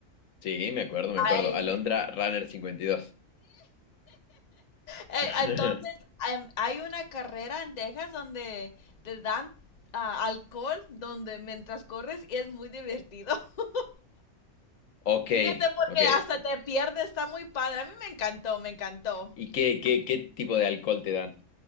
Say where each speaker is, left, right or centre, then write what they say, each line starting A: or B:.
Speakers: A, on the left (about 75°); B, on the left (about 35°).
A: Sí, me acuerdo, me acuerdo.
B: Ay,
A: Alondra Runner 52.
B: eh,
A: <laughs>
B: entonces em, hay una carrera en Texas donde te dan ah, alcohol donde mientras corres y es muy divertido. <laughs>
A: Ok,
B: Fíjate porque
A: ok.
B: hasta te pierdes, está muy padre. A mí me encantó, me encantó.
A: ¿Y qué, qué, qué tipo de alcohol te dan?